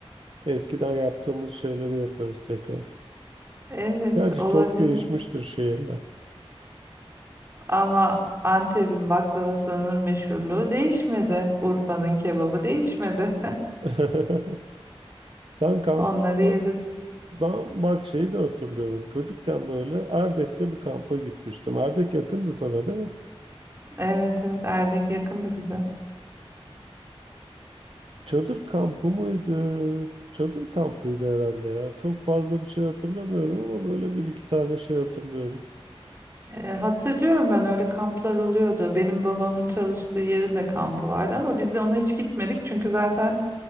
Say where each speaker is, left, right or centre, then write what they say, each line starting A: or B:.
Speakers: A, on the right; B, on the right.
A: Eskiden yaptığımız şeyleri yaparız tekrar.
B: Evet
A: Gerçi
B: olabilir.
A: çok değişmiştir şehirler.
B: Ama Antep'in baklavasının meşhurluğu değişmedi. Urfa'nın kebabı değişmedi. <laughs>
A: <laughs> Sen kamp...
B: Onları yeriz.
A: e, Ben bak şeyi de hatırlıyorum. Çocukken böyle Erdek'te bir kampa gitmiştim. Erdek yakındı sana değil mi?
B: Evet evet Erdek yakındı bize.
A: Çadır kampı mıydı? Çadır kampıydı herhalde ya. Çok fazla bir şey hatırlamıyorum ama böyle bir iki tane şey hatırlıyorum.
B: Ee, hatırlıyorum ben öyle kamplar oluyordu. Benim babamın çalıştığı yerin de kampı vardı ama biz ona hiç gitmedik çünkü zaten